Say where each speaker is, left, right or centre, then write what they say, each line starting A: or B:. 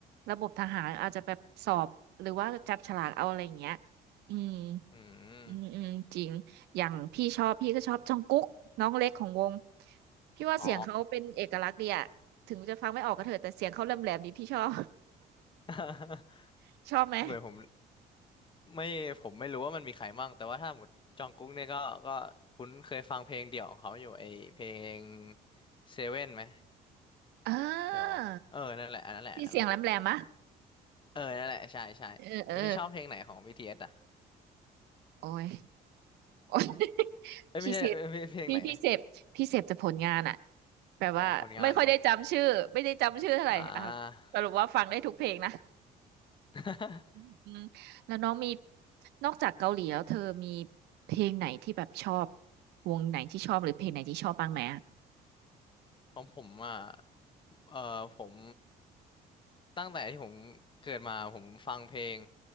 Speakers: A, on the right; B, on the left.
A: ระบบทหารอาจจะแบบสอบหรือว่าจับฉลากเอาอะไรเงี้ยอืม
B: อืม
A: อืมอืมจริงอย่างพี่ชอบพี่ก็ชอบจองกุ๊กน้องเล็กของวงพี่ว่าเสียงเขาเป็นเอกลักษณ์ดีอะถึงจะฟังไม่ออกก็เถอะแต่เสียงเขาแหลมแหลมดีพี่ชอบ
B: อ๋อ <laughs>
A: <laughs> ชอบไหม
B: เหมือนผมไม่ผมไม่รู้ว่ามันมีใครมั่งแต่ว่าถ้าหมดจองกุ๊กเนี่ยก็ก็คุ้นเคยฟังเพลงเดี่ยวของเขาอยู่ไอเพลงเซเว่นไหม
A: อ่า
B: ใช่ปะวะเออนั่นแหละอันนั่นแหละอันนั่นแหละ
A: พี่เสียงแหลมแหลมะ
B: เออนั่นแหละ ใช่ใช่แล้วพี่ชอบเพลงไหนของ
A: เออเออ
B: BTS อสอ่ะ
A: โอ้ยโอ้ย <laughs>
B: เอ้ยไม่ใช่เอ้ยเพลงเพลงไหน
A: พี่เสพพี่พี่เสพพี่เสพแต่ผลงานอะแบบว่าไม่ค่อยได้จำชื่อไม่ได้จำชื่อเท่าไหร่อ่ะ
B: อ๋อผลงานเหรออ่า
A: สรุปว่าฟังได้ทุกเพลงนะ
B: <laughs>
A: อืมแล้วน้องมีนอกจากเกาหลีแล้วเธอมีเพลงไหนที่แบบชอบวงไหนที่ชอบหรือเพลงไหนที่ชอบบ้างไหมอะ
B: ของผมอ่ะเออผม ตั้งแต่ที่ผมเกิดมาผมฟังเพลง